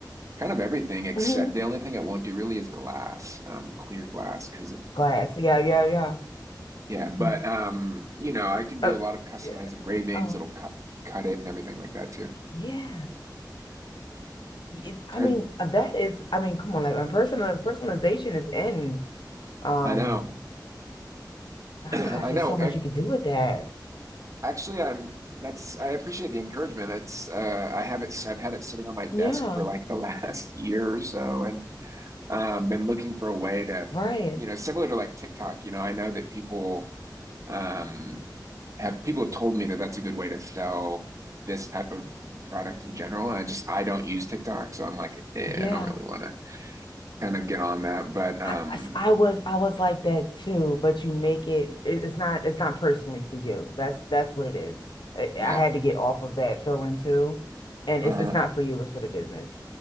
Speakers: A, on the right; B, on the left.
A: Kind of everything except
B: Mm-hmm.
A: the only thing it won't do really is glass, um, clear glass. Because
B: Glass. Yeah, yeah, yeah.
A: yeah, but
B: Mm.
A: um, you know, I can do
B: Uh,
A: a lot of customized
B: yeah.
A: engravings.
B: Oh,
A: It'll cut cut it and everything like that too.
B: yeah. Y- I
A: I
B: mean, uh, that is, I mean, come on, like when personal personalization is in, um,
A: I know, <clears throat>
B: gosh,
A: I
B: there's
A: know.
B: so much
A: Ac-
B: you could do with that.
A: Actually, I'm. That's I appreciate the encouragement. It's uh, I have it. s- I've had it sitting on my desk
B: Yeah,
A: for like the last <laughs> year or so, and um, been looking for a way to,
B: right.
A: you know, similar to like TikTok. You know, I know that people um, have people have told me that that's a good way to sell this type of product in general. And I just I don't use TikTok, so I'm like, eh,
B: Yeah.
A: I don't really want to kind of get on that. But um,
B: I, I s- I was I was like that too, but you make it, it- it's not it's not personally for you. That's that's what it is. I,
A: yeah,
B: I had to get off of that feeling too. And
A: uh-huh.
B: it's it's not for you, it's for the business.